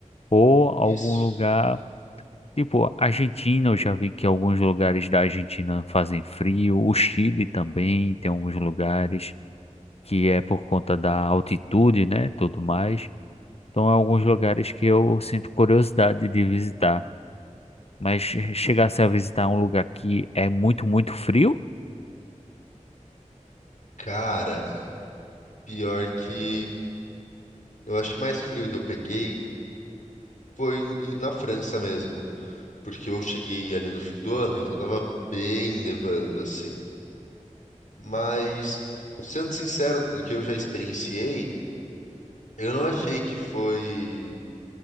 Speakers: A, on the left (about 55°); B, on the left (about 85°).
A: Ou algum
B: Isso.
A: lugar Tipo, Argentina, eu já vi que alguns lugares da Argentina fazem frio. O Chile também tem alguns lugares que é por conta da altitude, né? Tudo mais. Então, é alguns lugares que eu sinto curiosidade de visitar. Mas che- chegasse a visitar um lugar que é muito, muito frio,
B: Cara, pior que. Eu acho que o mais frio que eu peguei foi em- na França mesmo. Porque eu cheguei ali no fim do ano, então tava bem nevando, assim. Mas, sendo sincero, do que eu já experienciei, eu não achei que foi.